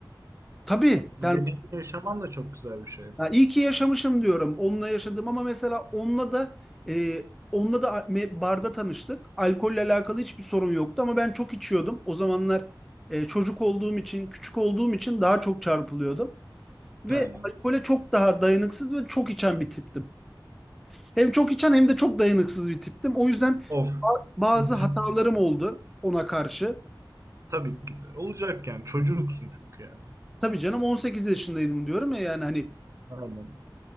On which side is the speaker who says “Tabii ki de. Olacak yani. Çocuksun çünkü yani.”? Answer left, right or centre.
Right